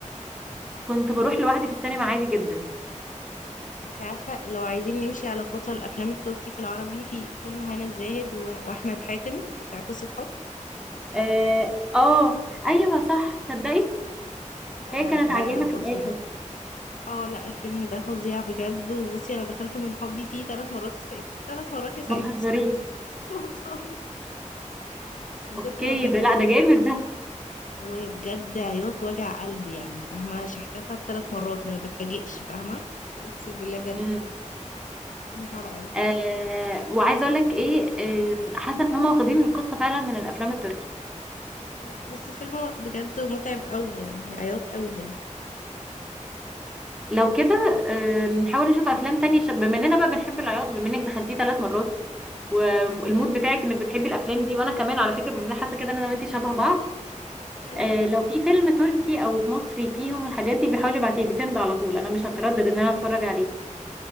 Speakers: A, in the centre; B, on the left.
A: كنت بروح لوحدي في السينما عادي جدا
B: انت عارفة لو عايزين نمشي على خطى الافلام التركي في العربي في فيلم هنا الزاهد و- واحمد حاتم بتاع قصة حب
A: اه آه، أيوه صح تصدقي
B: ده
A: هي كانت
B: ده
A: عيانة في
B: فظيع
A: الآخر
B: اه لا الفيلم ده فظيع بجد وبصي انا دخلته من حبي فيه ثلاث مرات السينما ثلاث مرات يا سعيد
A: ما تهزريش
B: <laughs> والله من
A: اوكي
B: كتر ما بجد
A: ده لا
B: حبيت
A: ده جامد
B: وبجد عياط وجع قلب يعني فاهمة شحتفت ثلاث مرات ما بتفاجئش فاهمة اقسم بالله بجد
A: ده
B: فيلم صعب قوي
A: آه وعايزه اقول لك ايه آم، حاسه ان هم واخدين القصه فعلا من الافلام التركي
B: آه، بس فيلم بجد متعب قوي يعني عياط قوي يعني
A: لو كده آم، نحاول نشوف افلام تانية ش- بما اننا بقى بنحب العياط بما انك دخلتيه ثلاث مرات والمود بتاعك انك بتحبي الافلام دي وانا كمان على فكره بما اننا حاسه كده ان انا وانتي شبه بعض
B: ايوه
A: آه لو في فيلم تركي او مصري فيهم الحاجات دي بيحاول يبعتيه لي سند على طول انا مش هتردد ان انا اتفرج عليه